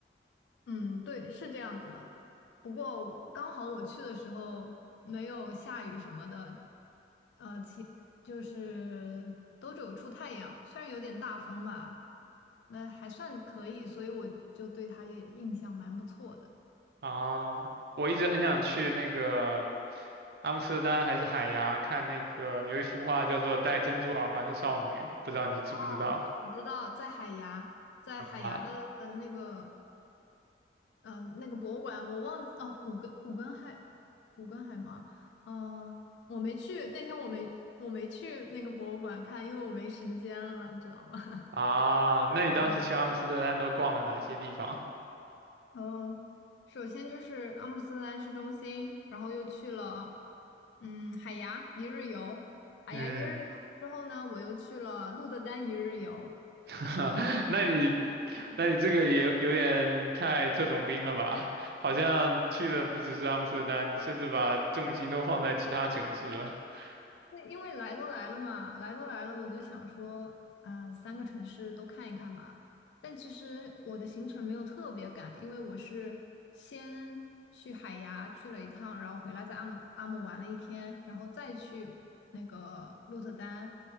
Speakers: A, on the left; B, on the right.
A: 嗯，对，是这样子的。不过刚好我去的时候没有下雨什么的，呃，其就是都只有出太阳，虽然有点大风吧，那还算可以，所以我就对它也印象蛮不错的。
B: 啊。我一直很想去那个阿姆斯特丹还是海牙看那个有一幅画叫做《戴珍珠耳环的少女》，不知道你知不知道
A: 哦，我知道在海牙，在海牙的呃那个
B: 啊？
A: 嗯，那个博物馆我忘记哦，古根古根海古根海吗？嗯，我没去，那天我没我没去那个博物馆看，因为我没时间了，你知道吗？<laughs>
B: 啊，那你当时去阿姆斯特丹都逛了哪些地方？
A: 嗯，呃，首先就是阿姆斯特丹市中心，然后又去了嗯海牙一日游，海牙一日游之后呢，
B: 嗯，
A: 我又去了鹿特丹一日游，
B: <laughs> 那你那你这个也有点太特种兵了吧？好像去的不只是阿姆斯特丹，你甚至把重心都放在其他城市了。<laughs>
A: 那因为来都来了嘛，来都来了，我就想说，嗯、三个城市都看一看吧。但其实我的行程没有特别赶，因为我是先去海牙去了一趟，然后回来在阿姆阿姆玩了一天，然后再去那个鹿特丹